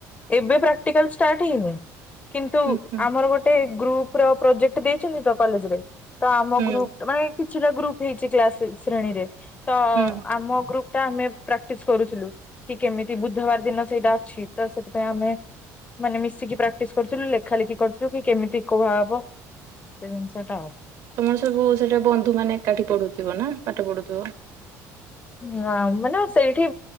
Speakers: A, on the left; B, on the right.
A: ଏବେ ପ୍ରାକ୍ଟିକାଲ ଷ୍ଟାର୍ଟ ହେଇନି? କିନ୍ତୁ
B: ହୁଁ ହୁଁ
A: ଆମର ଗୋଟେ ଗ୍ରୁପ୍ ପୁରା ପ୍ରୋଜେକ୍ଟ ଦେଇଛନ୍ତି ତ କଲେଜରେ ତ ଆମ
B: ହୁଁ
A: ଗ୍ରୁପ ମାନେ କି କେତେଟା ଗ୍ରୁପ ହେଇଛି କ୍ଲାସ ଶ୍ରଣୀରେ? ତ
B: ହୁଁ
A: ଆମ ଗ୍ରୁପ ଏଟା ଆମେ ପ୍ରାକ୍ଟିସ କରୁଥିଲୁ କି କେମିତି ବୁଧବାର ଦିନ ସେଇଟା ଅଛି। ତ ସେଥିପାଇଁ ଆମେ ମାନେ ମିଶିକି ପ୍ରାକ୍ଟିସ କରୁଥିଲୁ ଲେଖା ଲେଖି କରିୁଥିଲୁ କି କେମିତି କୁହାହବ ସେ ଜିନିଷ ଟା ଆଉ
B: ତମର ସବୁ ସେଠେ ବନ୍ଧୁ ମାନେ ଏକାଠି ପଢୁଥିବ ନା ପାଠ ପଢୁଥିବ
A: ନାଁ ମାନେ ସେଇଠି